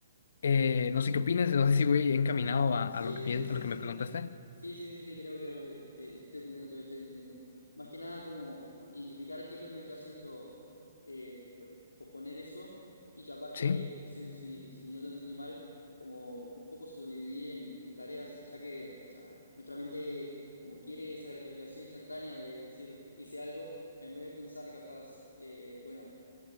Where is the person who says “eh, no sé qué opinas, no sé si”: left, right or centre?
Left